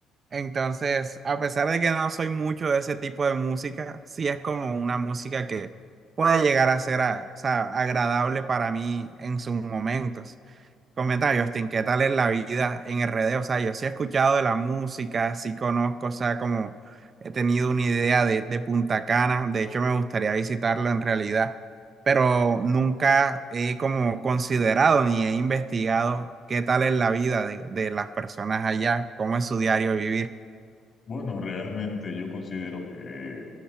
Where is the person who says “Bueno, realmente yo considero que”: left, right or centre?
Left